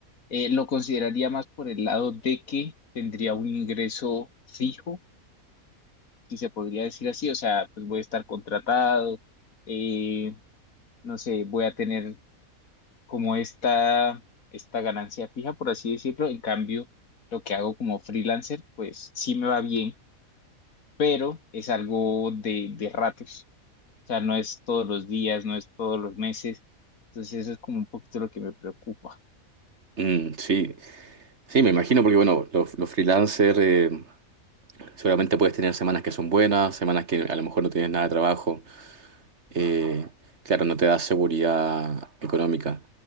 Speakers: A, on the left (about 75°); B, on the right (about 55°).
A: Eh, lo consideraría más por el lado de que tendría un ingreso fijo, si se podría decir así. O sea, pues voy a estar contratado, eh, no sé, voy a tener como esta, esta ganancia fija, por así decirlo. En cambio, lo que hago como freelancer, pues sí me va bien, pero es algo de, de ratos. O sea, no es todos los días, no es todos los meses. Entonces, eso es como un poquito lo que me preocupa.
B: Mm, sí, sí, me imagino, porque bueno, los, los freelancers eh, seguramente puedes tener semanas que son buenas, semanas que a lo mejor no tienes nada de trabajo. eh, claro, no te da seguridad económica.